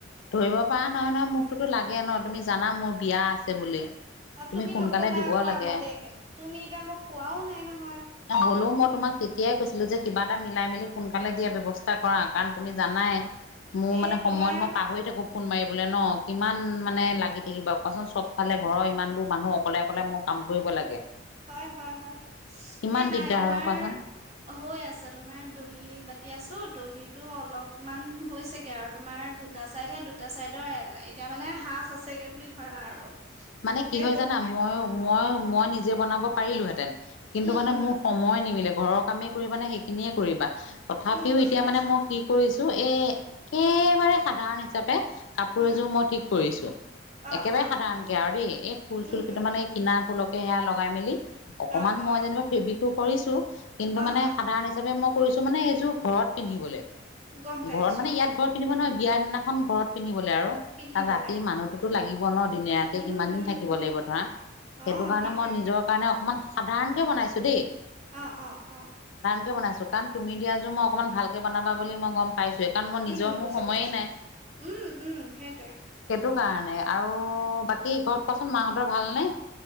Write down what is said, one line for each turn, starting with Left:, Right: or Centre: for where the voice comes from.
Left: ধৰিব পৰা নহয় নহয় মোকোতো লাগে ন তুমি জানা মোৰ বিয়া আছে বুলি
Right: আৰু তুমি
Left: সোনকালে
Right: নকলা
Left: দিব
Right: আকৌ
Left: লাগে
Right: আগতিয়াকে তুমি এতিয়া মোক কোৱাও নাই নহয়
Left: হ'লেও মই তোমাক তেতিয়াই কৈছিলো যে কিবা এটা মিলাই মেলি সোনকালে দিয়া ব্যৱস্থা কৰা কাৰণ তুমি জানাই মোৰ
Right: এ
Left: মানে সময়ত
Right: তোমাৰ
Left: মই মোক ফোন মাৰিবলৈ ন কিমান মানে লাগি থাকিবা কোৱাচোন চব ফালে ঘৰৰ ইমানবোৰ মানুহ অকলে অকলে ম কাম কৰিব লাগে
Right: হয় হয় হয়
Left: কিমান
Right: এই নাই
Left: দিগদাৰ
Right: তোমাৰ
Left: হয় কোৱাচোন
Right: হৈ আছে তোমাৰ দহি বাতি আছো তো দহিতটো অলপমান হৈছেগে আৰু তোমাৰ দুটা চাইডৰ দুটা চাইডৰ এতিয়া মানে সাজ আছেগে বুলি ধৰা আৰু
Left: মানে কি
Right: সেই
Left: হয়
Right: দহি
Left: জানা মই মই মই নিজে বনাব পাৰিলোহেঁতেন কিন্তু
Right: উম
Left: মানে
Right: উম
Left: মোৰ সময়ে নিমিলে ঘৰৰ কামেই কৰিবা নে সেইখিনিয়ে কৰিবা তথাপিও
Right: উম বুজি
Left: এতিয়া
Right: পাইছো
Left: মানে মই কি কৰিছো এ একেবাৰে সাধাৰণ হিচাপে কাপোৰ
Right: উম,
Left: এযোৰ মই ঠিক কৰিছো
Right: অ',
Left: একেবাৰে
Right: অ',
Left: সাধাৰণকে আৰু দেই এই ফুল
Right: উম,
Left: চুল কেইটামান
Right: উম,
Left: এই কিনা ফুলকে সেয়া লগাই মেলি অকনমান
Right: অ', অ',
Left: মই যেনিবা ফেব্ৰিকো কৰিছো কিন্তু
Right: অ',
Left: মানে
Right: অ',
Left: সাধাৰণ হিচাপে মই কৰিছো মানে এইযোৰ ঘৰত পিন্ধিবলৈ
Right: গম পাইছো
Left: ঘৰত মানে
Right: অ',
Left: ইয়াত ঘৰ পিন্ধিব নহয় বিয়া দিনাখন ঘৰত পিন্ধিবলৈ আৰু
Right: পিন্ধিবলে
Left: তাত ৰাতি
Right: অ',
Left: মানুহতোতো লাগিব ন দিনে ৰাতি এনেই
Right: উম,
Left: কিমান দিন
Right: উম,
Left: থাকিব
Right: উম,
Left: লাগিব ধৰা সেইটো
Right: অ',
Left: কাৰণে
Right: সেইটোৱে
Left: মই নিজৰ কাৰণে অকমান সাধাৰণ কে বনাইছো দেই
Right: অ অ অ
Left: সাধাৰণকে বনাইছো কাৰণ তুমি দিয়া যোৰ মই অকণমান ভালকৈ বনাব বুলি মই গ'ম পাইছে কাৰণ মই নিজৰ
Right: উম,
Left: মোৰ
Right: বুজি
Left: সময়
Right: পাইছো।
Left: নাই
Right: উম, উম, সেইটোৱে
Left: সেইটো কাৰণে আৰু বাকী ঘৰত কোৱাচোন মাহঁতৰ ভালনে